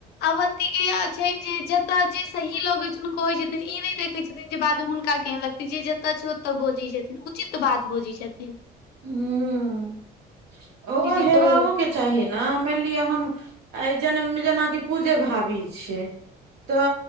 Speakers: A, on the left; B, on the right.
A: अवन्ति के इया छै जे जतऽ जे सही लगै छैन कहै छथिन ई नै देखय छथिन जे बाद में हुनका केहन लगतै जे जतऽ छै ओतऽ बजै छथिन उचित बात बजै छथिन।
B: हूं, ओहो
A: दीदी
B: हेबाओ
A: कहू
B: के चाहीए न मैन लिय हम आय जनम में जेनाकि पूजे भाभी छै। तऽ